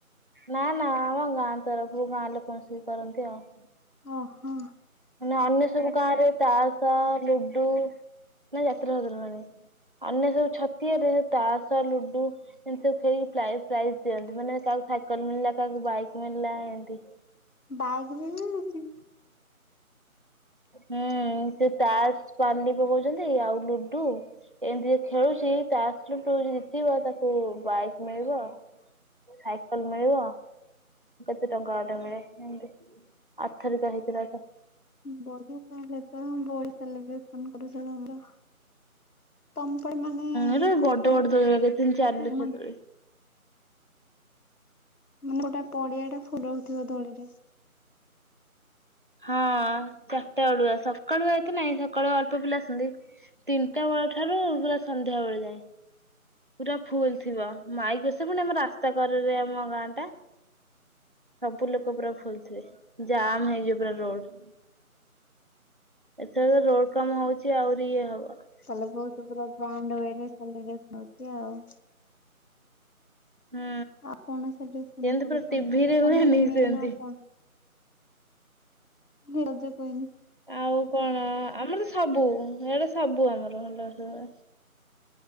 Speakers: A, on the right (about 35°); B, on the left (about 85°).
A: ନାଁ ନାଁ ଆମ ଗାଁ ତରଫରୁ ଗାଁ ଲୋକ ମିଶିକି କରନ୍ତି ଆଉ।
B: ଓ ହୋ।
A: ମାନେ ଅନ୍ୟ ସବୁ ଗାଁ ରେ ତାସ୍ ସ ଲୁଡୁ ନା ଯାତ୍ରା ଫାତ୍ରାରୁ ଆଣେ ଅନ୍ୟ ସବୁ ଛ ତିଆରେ ତାସ ଲୁଡୁ ଏମିତି ସବୁ ଖେଳିକି ପ୍ରାଇଜ ପ୍ରାଇଜ ଦିଅନ୍ତି ମାନେ କାହାକୁ କନ ମିଳିଲା, କାହାକୁ ବାଇକ୍ ମିଳିଲା ଏମତି।
B: ବାଇକ୍ ବି ମିଳୁଚି?
A: ହୁଁ, ସେ ତାସ୍ ପାଲି ପକଉଚନ୍ତି, ଆଉ ଲୁଡୁ ଏମତି ଯେ ଖେଳୁଛି ତାସୂ ଲୁଡୁ ଯିଏ ଜିତିବ ତାକୁ ବାଇକ୍ ମିଳିବ। ସାଇକଲ ମିଳିବ, କେତେ ଟଙ୍କା ଗୋଟେ ମିଳେ। ଏମତି, ଆରଥରିକ ହେଇଥିଲା ତ।
B: ବଢିଆ ତାହେଲେ ତ, ବଢି ସେଲିବ୍ରେସନ୍ କରୁଛ ତୋମର। ତମ୍ ପୁଣି ମାନେ
A: ଏରା
B: କ-କୋଉ
A: ବଡ ବଡ ଦୋଳି ଲଗେଇଥିଲେ ତିନି ଚାରି ଲକ୍ଷ
B: ମାନ
A: ଦୋଳି।
B: ମାନେ ଗୋଟେ ପଡିଆ ଟା ଫୁଲ୍ ରହୁଥିବ ଦୋଳିରେ।
A: ହଁ ଚାଟା ବଳୁଆ, ସକାଳୁଆ ଏତେ ନାଇଁ, ସକାଳୁ ଅଳ୍ପ ପିଲା ଆସନ୍ତି। ତିନିଟା ବେଳ ଠାରୁ ପୁରା ସନ୍ଧ୍ୟା ବେଳେ ଯାଏଁ। ପୁରା ଫୁଲ୍ ଥିବ, ମାଇକ୍ ସେ ପୁଣି ଆମ ରାସ୍ତା କରରେ ଆମ ଗାଁ ଟା। ସବୁ ଲୋକ ପୁରା ଫୁଲ୍ ଥିବେ। ଜାମ୍ ହେଇଯିବ ପୁରା ରୋଡ୍।
B: <inaudible>
A: ଏଥର ରୋଡ୍ କାମ ହଉଚି ଆହୁରି ଇଏ ହବ।
B: ତାହାଲେ ବହୁତ ପୁରା ଗ୍ରାଣ୍ଡ ଉୟେ ରେ ସେଲେବ୍ରେସନ୍ ହଉଛି ଆଉ।
A: ହୁଁ
B: ଆ, କଣ ସେଲିବ୍ରେସନ୍
A: ଯେମିତି
B: କରୁଛ
A: ପୁରା ଟିଭିରେ
B: ଆମ ପଟେ।
A: ହୁଏନି
B: ତୋମ ପଟେ ମେନ୍
A: ସେମିତି।
B: ଆଉ କଣ? ହଁ ରେ ରଜ କୁଇନ୍।
A: ଆଉ କଣ? ଆ, ଆମର ସବୁ ଇଆଡେ ସବୁ ଆମର ଭଲସେ ହୁଏ।